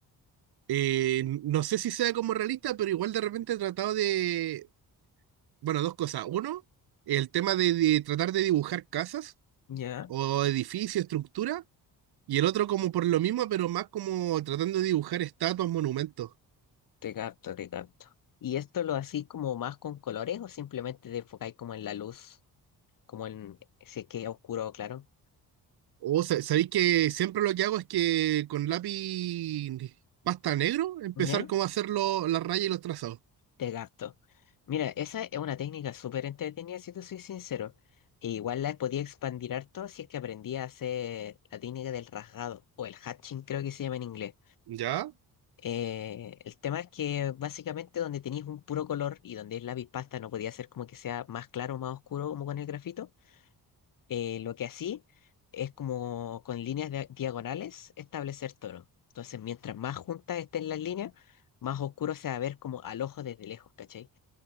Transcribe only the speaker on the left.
Ya,
te capto, te capto. ¿Y esto lo hacís como más con colores o simplemente te enfocáis como en la luz, como en si es que es oscuro o claro?
Ya,
te capto. Mira, esa es una técnica súper entretenida, si te soy sincero. E igual la podía expandir harto si es que aprendía a hacer la técnica del rasgado o el hatching, creo que se llama en inglés
Eh, el tema es que básicamente donde tenéis un puro color y donde es lápiz pasta no podía ser como que sea más claro o más oscuro como con el grafito. eh, lo que así es como con líneas dia- diagonales establecer tonos. Entonces, mientras más juntas estén las líneas, más oscuro se va a ver como al ojo desde lejos, ¿cachai?